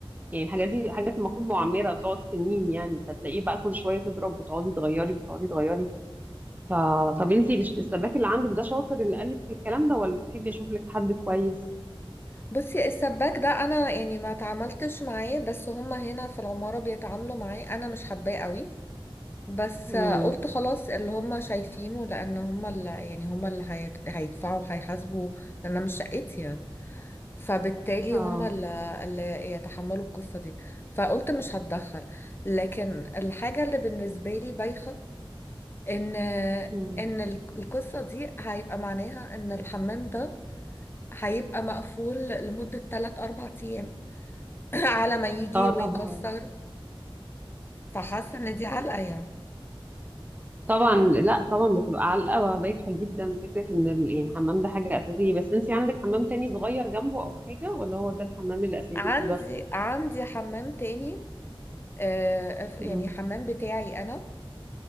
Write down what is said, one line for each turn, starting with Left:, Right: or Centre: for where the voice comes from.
Right: يعني الحاجات دي حاجات المفروض معمره بتقعد سنين يعني فتلاقيه بقى كل شويه تضرب وتقعدي تغيري وتقعدي تغيري فطب انتي الش- السباك اللي عندك ده شاطر اللي قالك الكلام ده ولا تحبي اشوف لك حد كويس
Left: بصي السباك ده انا يعني ما تعاملتش معاه بس هما هنا في العمارة بيتعاملوا معاه انا مش حباه قوي بس
Right: امم
Left: قلت خلاص اللي هم شايفينه لان هم اللي يعني هم اللي هيت- هيدفعوا وهيحاسبوا لان أنا مش شقتي يعني فبالتالي
Right: اه
Left: هم اللي, اللي يتحملوا القصة دي فقلت مش هتدخل لكن الحاجة اللي بالنسبة لي بايخة ان
Right: مم.
Left: ان الك- القصة دي هيبقى معناها ان الحمام ده هيبقى مقفول لمدة 3 4 ايام <clears throat> على ما يجي
Right: اه
Left: ويكسر
Right: طبعا
Left: فحاسة ان دي علقة يعني
Right: طبعا لا طبعا بتبقى علقة وبايخة جدا فكرة ان ال- يعني الحمام ده حاجة أساسية بس انت عندك حمام تاني صغير جنبه أو حاجة ولا هو ده الحمام الأساسي
Left: عندي
Right: بس؟
Left: عندي حمام تاني آه، أف-
Right: مم.
Left: يعني حمام بتاعي انا